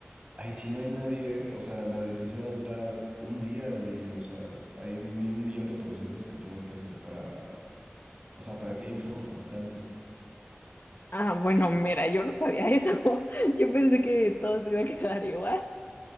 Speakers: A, on the right; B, on the left.
A: Ay, si no hay nadie, o sea, la electricidad va a durar un día, güey, o sea, hay un, mi- un millón de procesos que tienes que hacer para, o sea, para que haya un flujo constante.
B: Ah, bueno, mira, yo no sabía eso. <laughs> Yo pensé que todo se iba a quedar igual. <laughs>